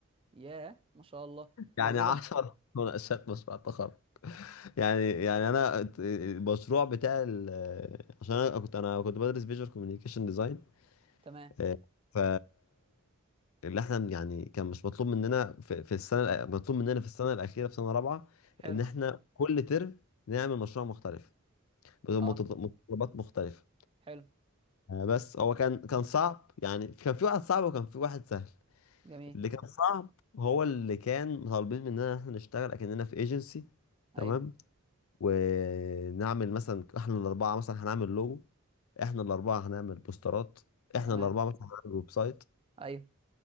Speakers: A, on the right (about 25°); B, on the left (about 80°).
A: ياه ما شاء الله
B: يعني
A: طب ايه
B: عشر
A: ده
B: <laughs> مناقشات مشروع تخرج يعني يعني انا المشروع بتاع ال- عشان انا كنت انا كنت بدرس فيجوال كوميونيكيشن ديزاين
A: تمام
B: آه، ف اللي احنا بن- يعني كان مش مطلوب مننا في في السنه الأ- مطلوب مننا في السنه الاخيره في سنه رابعه
A: حلو
B: ان احنا كل ترم نعمل مشروع مختلف بمتط-
A: اه
B: متطلبات مختلفه
A: حلو
B: آه، بس هو كان كان صعب يعني كان في واحد صعب وكان في واحد سهل
A: جميل
B: اللي كان صعب هو اللي كان طالبين مننا ان احنا نشتغل اكننا في ايجنسي تمام
A: ايوه
B: ونعمل مثلا احنا الاربعه مثلا هنعمل لوجو احنا الاربعه هنعمل بوسترات احنا
A: تمام
B: الاربعه مثلا هنعمل ويب سايت
A: ايوه